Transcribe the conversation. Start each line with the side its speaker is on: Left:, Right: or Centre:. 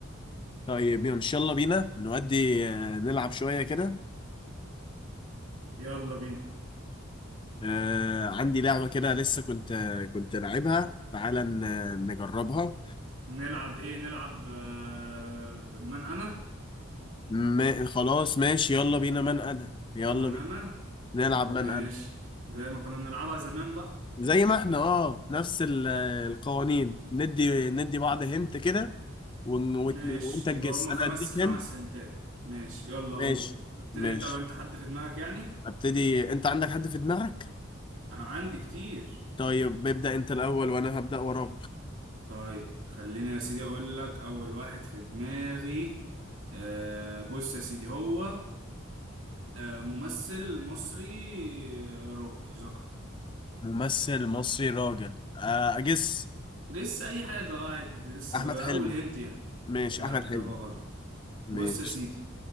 Left: طيب ان شاء الله بينا نودي آه، نلعب شويه كده
Right: يلا بينا
Left: آه، عندي لعبه كده لسه كنت آه، كنت لعبها تعالى ن- نجربها
Right: نلعب ايه نلعب آه، من انا
Left: ما خلاص ماشي يلا بينا من انا يلا
Right: من
Left: بينا
Right: انا
Left: نلعب
Right: طب ماشي
Left: من انا
Right: زي ما كنا بنلعبها زمان بقى
Left: زي ما احنا اه نفس ال- آه، القوانين ندي ندي بعض هنت كده ون- وت-
Right: ماشي
Left: وانت تجس
Right: يبقى هما
Left: انا
Right: خمس
Left: اديك
Right: خمس
Left: هنت
Right: سنتات ماشي يلا قول
Left: ماشي
Right: ابتدي
Left: ماشي
Right: انت انت حد في دماغك يعني
Left: هبتدي انت عندك حد في دماغك
Right: انا عندي كتير
Left: طيب ابدأ انت الاول وانا هبدأ وراك
Right: طيب خليني يا سيدي اقول لك اول واحد في دماغي آه بص يا سيدي هو آه ممثل مصري آه، راجل ذكر
Left: ممثل مصري راجل آه، اجس
Right: لسه اي حاجة اه عادي لسه
Left: احمد
Right: بدل
Left: حلمي
Right: اول هنت يعني
Left: ماشي
Right: لا
Left: احمد حلمي
Right: اجابة غلط
Left: ماشي
Right: بص يا سيدي